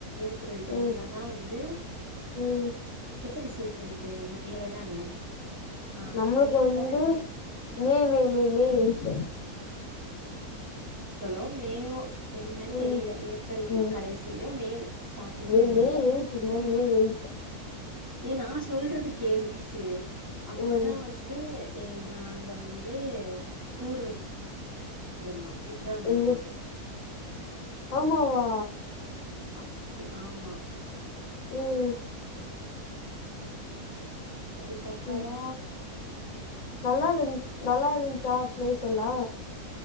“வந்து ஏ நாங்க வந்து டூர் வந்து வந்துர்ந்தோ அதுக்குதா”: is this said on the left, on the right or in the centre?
Right